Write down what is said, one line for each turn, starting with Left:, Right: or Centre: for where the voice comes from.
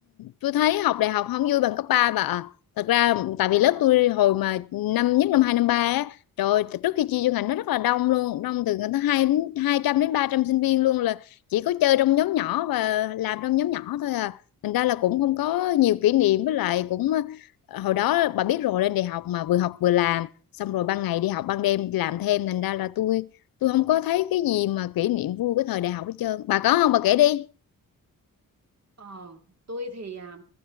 Left: tôi thấy học đại học không vui bằng cấp 3 bà ạ thật ra tại vì
Right: Ờ.
Left: lớp tôi hồi mà năm nhất năm hai năm ba á trời ơi, trước khi chia vô ngành nó rất là đông luôn đông từ ngành tới hai hai trăm đến ba trăm sinh viên luôn là chỉ có chơi trong nhóm nhỏ và làm trong nhóm nhỏ thôi à thành ra là cũng không có nhiều kỷ niệm với lại cũng ờ, hồi đó bà biết rồi lên đại học mà vừa học vừa làm xong rồi ban ngày đi học ban đêm làm thêm thành ra là tôi tôi không có thấy cái gì mà kỷ niệm vui cái thời đại học hết trơn bà có không bà kể đi
Right: Ờ, tôi thì à,